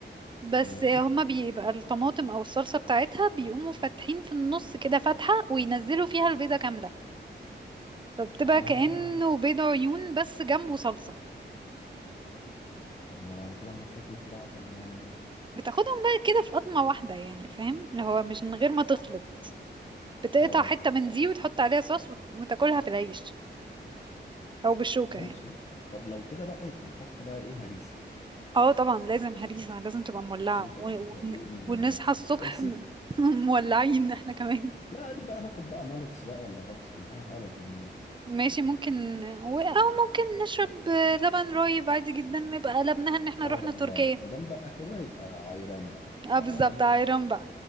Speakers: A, on the right; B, on the left.
A: بس
B: ماشي
A: هما بيبقى الطماطم او الصلصة بتاعتها بيقوموا فاتحين في النص كده فتحة وينزلوا فيها البيضة كاملة فبتبقى
B: اه
A: كأنه بيض عيون بس جنبه صلصة
B: طب ما بعد كده هنخلطهم في بعض ولا نعمل ايه
A: بتاخدهم بقى كده في قطمة واحدة يعني فاهم اللي هو مش من غير ما تخلط بتقطع
B: اه
A: حتة من دي وتحط عليها صوص وت- وتاكلها في العيش أو بالشوكة
B: ماشي
A: يعني
B: طب لو كده بقى يبقى نحط بقى ايه هريسة
A: اه طبعا لازم هريسة لازم تبقى مولعة
B: عشان تبقى
A: و... و...
B: كده ايه
A: ونصحى الصبح
B: سبايسي
A: م- <laughs> مولعين احنا كمان
B: لا دي بقى ناخد بقى مالوكس بقى ولا جابسكون اي حاجة للحموضة ده
A: ماشي ممكن و... أو ممكن نشرب لبن رايب عادي جدا نبقى قلبناها ان احنا
B: اه
A: رحنا
B: الله
A: تركيا
B: ما دام بقى كده يبقى عيران بقى
A: اه
B: العيران
A: بالظبط عيران بقى